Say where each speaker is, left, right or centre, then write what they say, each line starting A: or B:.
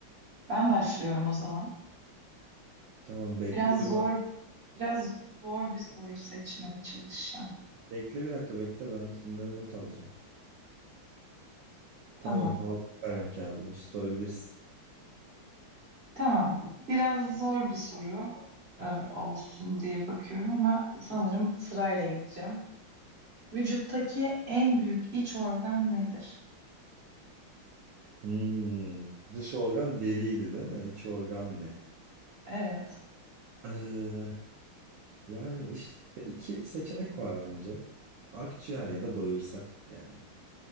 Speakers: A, on the right; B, on the right.
A: Ben başlıyorum o zaman.
B: Tamam bekle
A: Biraz
B: dur
A: zor,
B: ben.
A: biraz zor bir soru seçmeye çalışacağım.
B: Bekle bir dakika bekle ben bunları not alacağım. Tamam
A: Tamam.
B: aldım kalem kağıdımı sorabilirsin.
A: Tamam. Biraz zor bir soru e, olsun diye bakıyorum ama sanırım sırayla gideceğim. Vücuttaki en büyük iç organ nedir?
B: Hmm, dış organ deriydi değil mi? İç organ ne?
A: Evet.
B: Ee, yani işte iki seçenek var bence. Akciğer ya da bağırsak yani.